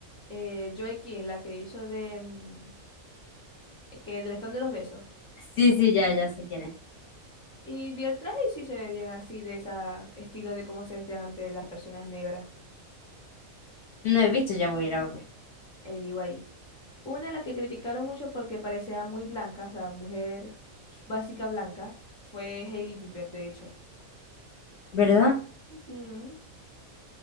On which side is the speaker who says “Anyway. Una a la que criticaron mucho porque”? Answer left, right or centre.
Centre